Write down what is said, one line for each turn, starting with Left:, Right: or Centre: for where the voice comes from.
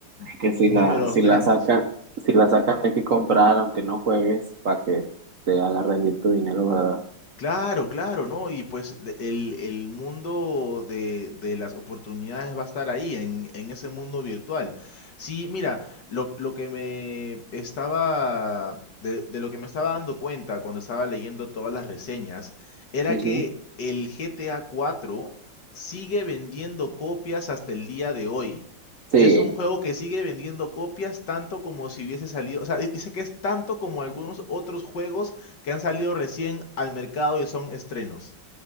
Right: que
Left: números
Right: si la, si
Left: grandes.
Right: la saca, si la sacan hay que comprar, aunque no juegues, para que te haga rendir tu dinero, ¿verdad?
Left: Claro, claro, ¿no? Y pues de- el, el mundo de, de las oportunidades va a estar ahí, en, en ese mundo virtual. Sí, mira, lo, lo que me estaba, de, de lo que me estaba dando cuenta cuando estaba leyendo todas las reseñas, era
Right: Ujú.
Left: que el GTA 4 sigue vendiendo copias hasta el día de hoy.
Right: Sí,
Left: Es un juego que sigue vendiendo copias tanto como si hubiese salido, o sea, dice que es tanto como algunos otros juegos que han salido recién al mercado y son estrenos.